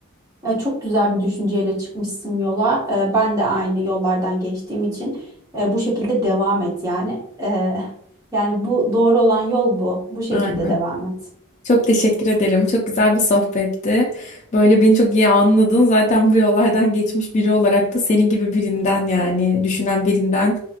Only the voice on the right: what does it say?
E, çok güzel bir düşünceyle çıkmışsın yola. E, ben de aynı yollardan geçtiğim için e, bu şekilde devam et yani. E, yani bu doğru olan yol bu. Bu şekilde
devam et.